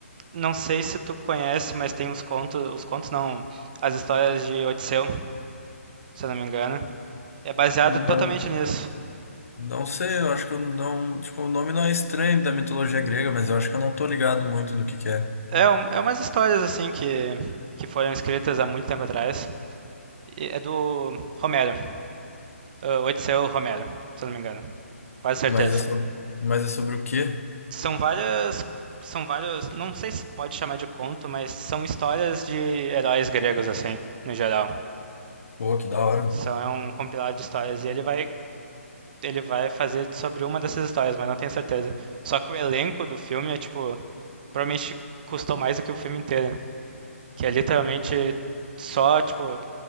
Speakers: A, on the right; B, on the left.
A: não sei se tu conhece, mas tem os contos, os contos não, as histórias de Odisseu, se eu não me engano. É baseado
B: Não,
A: totalmente nisso.
B: não sei, eu acho que eu não, tipo, o nome não é estranho da mitologia grega, mas eu acho que eu não tô ligado muito no que que é.
A: É, um- é umas histórias assim que, que foram escritas há muito tempo atrás. E É do Romero, ah, Odisseu Romero, se eu não me engano. Quase certeza.
B: Mas é sobre, mas é sobre o quê?
A: São várias, são vários, não sei se pode chamar de conto, mas são histórias de heróis gregos assim, no geral.
B: Pô, que da hora, né?
A: São é um compilado de histórias e ele vai ele vai fazer sobre uma dessas histórias, mas não tenho certeza. Só que o elenco do filme é, tipo, provavelmente custou mais do que o filme inteiro. Que é literalmente só, tipo,